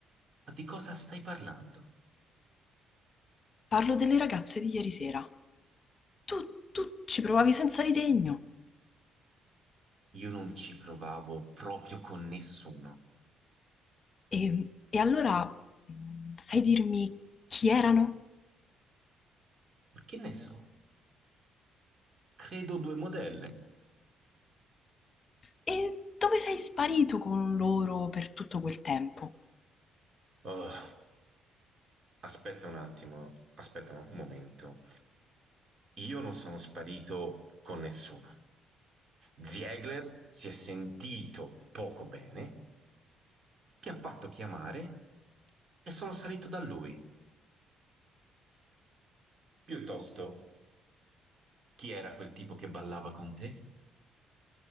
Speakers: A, on the right (about 45°); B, on the left (about 45°).
A: Ma di cosa stai parlando?
B: Parlo delle ragazze di ieri sera. Tu, tu ci provavi senza ritegno.
A: Io non ci provavo proprio con nessuno.
B: E, e allora, mh, sai dirmi chi erano?
A: Ma Che ne so? Credo due modelle.
B: E dove sei sparito con loro per tutto quel tempo?
A: Oh, aspetta un attimo, aspetta un momento. Io non sono sparito con nessuno. Ziegler si è sentito poco bene, mi ha fatto chiamare e sono salito da lui. Piuttosto, chi era quel tipo che ballava con te?